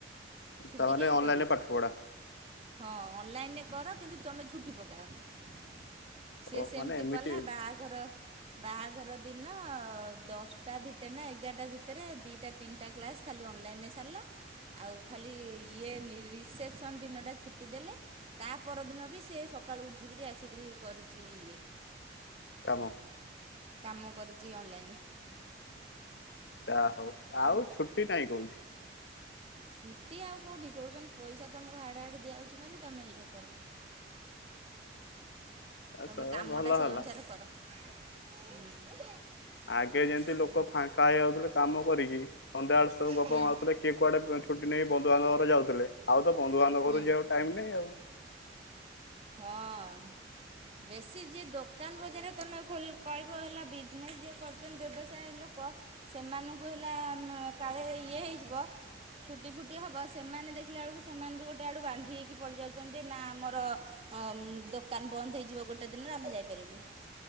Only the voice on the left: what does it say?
ତାମାନେ
ଅନଲାଇନରେ
ପାଠ ପଢା
ଓ
ମାନେ ଏମିତି
କାମ।
ଯା ହଉ
ଆଉ ଛୁଟି ନାଇଁ କୋଉଠି।
ଆସ
ଭଲ
ହେଲା।
ଆଗେ ଯେମତି
ଲୋକ ଫାଙ୍କା ହେଇଯାଉଥିଲେ କାମ କରିକି ସଂନ୍ଧ୍ୟା ବେଳେ ସବୁ ଗପ
ମାରୁୁଥିଲେ। କିଏ କୁଆଡେ ଛୁଟି ନେଇ ବନ୍ଧୁବାନ୍ଧବ ଘର ଯାଉଥିଲେ ଆଉ ତ ବନ୍ଧୁ ବାନ୍ଧବ
ଘର କୁ ଯିବା ଟାଇମ୍ ନାଇଁ ଆଉ।